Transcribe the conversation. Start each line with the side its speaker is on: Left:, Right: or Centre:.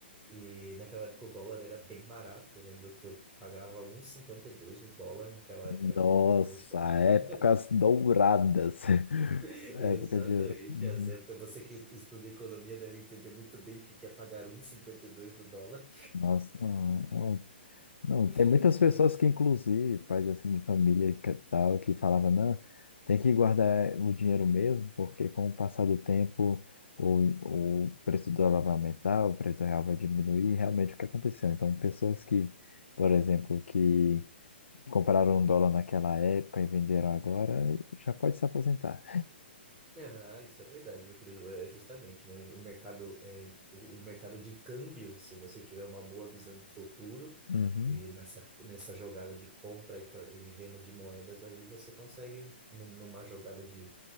Right: E naquela época o dólar era bem barato. Eu lembro que eu pagava um e e cinquenta e dois no dólar naquela
Left: Nossa,
Right: época. Hoje, quando a gente
Left: épocas douradas.
Right: <laughs>
Left: <laughs>
Right: Exatamente,
Left: Épocas de... Uhum.
Right: as épocas. Você que estuda economia deve entender muito bem o que que é pagar 1,52 do dólar.
Left: Nossa, é um Não,
Right: <laughs>
Left: tem muitas pessoas que, inclusive, pais assim de família e que tal, que falavam, não, tem que guardar o dinheiro mesmo, porque com o passar do tempo o, o preço do dólar vai aumentar, o preço do real vai diminuir, e realmente o que aconteceu. Então, pessoas que, por exemplo, que compraram um dólar naquela época e venderam agora, já pode se aposentar.
Right: Ah, isso é verdade, meu querido. É justamente, né? O mercado é o o mercado de câmbio, se você tiver uma boa visão de futuro
Left: Uhum,
Right: e nessa, nessa jogada de compra e, tra- e venda de moedas aí, você consegue num- numa jogada de,